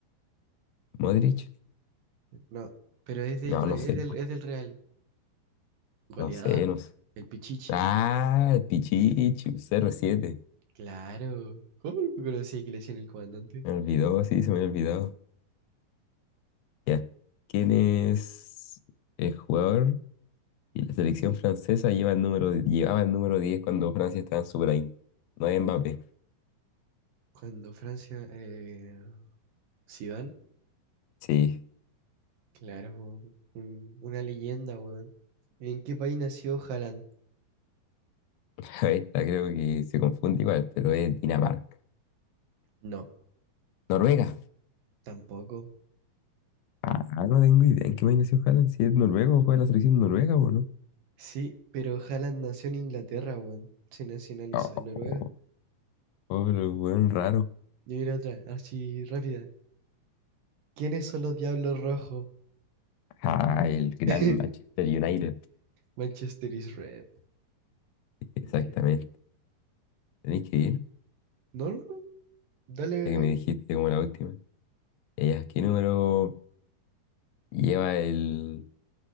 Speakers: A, on the left; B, on the right.
A: Modric.
B: no, pero es del,
A: No,
B: Re-
A: no sé.
B: es del, es del Real. Goleador,
A: No sé, no sé.
B: el Pichichi.
A: Ah, Pichichi, 07.
B: Claro. ¿Cómo no conocía que le decían el comandante?
A: Me olvidó, sí, se me había olvidado. Ya. ¿Quién es el jugador? Y la selección francesa lleva el número, llevaba el número 10 cuando Francia estaba en su prime. No es Mbappé.
B: Cuando Francia, eh, Zidane,
A: Sí,
B: claro, po, un- una leyenda, weón. ¿En qué país nació Haaland?
A: <laughs> esta creo que se confunde igual, pero es Dinamarca.
B: No,
A: Noruega.
B: tampoco.
A: Ah, no tengo idea en qué país nació Haaland, si es noruego juega en la selección noruega o no.
B: Sí, pero Haaland nació en Inglaterra, weón. Se nacionalizó
A: Oh,
B: en Noruega.
A: oh, oh, pero el weón raro.
B: yo iré otra, así rápida. ¿Quiénes son los diablos rojos?
A: Ah, el gran
B: <laughs>
A: Manchester United.
B: Manchester is red.
A: Exactamente.
B: Dale.
A: Tenéis que ir,
B: No, no, no. Dale
A: ya que me dijiste como la última. Eh, ¿qué número lleva el,